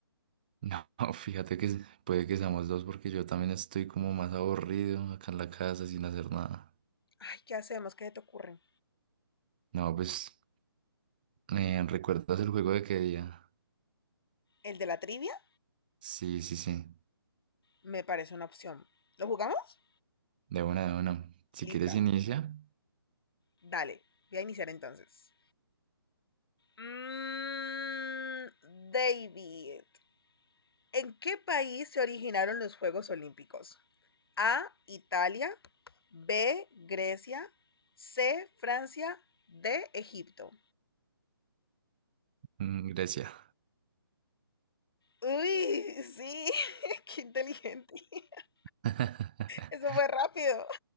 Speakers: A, on the right; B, on the left.
A: No, <laughs> fíjate que puede que seamos dos porque yo también estoy como más aburrido acá en la casa sin hacer nada.
B: Ay, ¿qué hacemos? ¿Qué se te ocurre?
A: No, pues, eh, ¿recuerdas el juego de qué día?
B: ¿El de la trivia?
A: Sí, sí, sí,
B: Me parece una opción. ¿Lo jugamos?
A: de una, de una. Si
B: Lista.
A: quieres inicia,
B: Dale. Voy a iniciar entonces. Mm, David, ¿En qué país se originaron los Juegos Olímpicos? A, Italia, B, Grecia, C, Francia, D, Egipto.
A: Mm, gracias.
B: Uy, sí, <laughs> qué inteligente. <laughs>
A: <laughs>
B: Eso fue rápido.